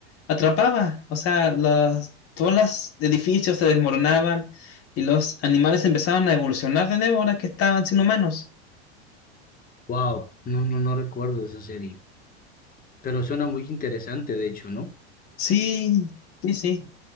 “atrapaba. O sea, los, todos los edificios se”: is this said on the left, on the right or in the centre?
Left